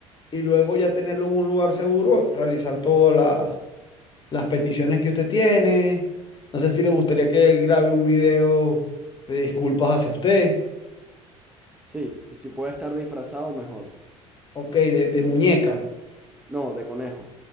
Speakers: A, on the left; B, in the centre.
A: y luego ya tenerlo en un lugar seguro, realizar todas la- las peticiones que usted tiene. No sé si le gustaría que él grabe un video de disculpas hacia usted,
B: Sí, y si puede estar disfrazado, mejor.
A: ok, de, de muñeca,
B: No, de conejo.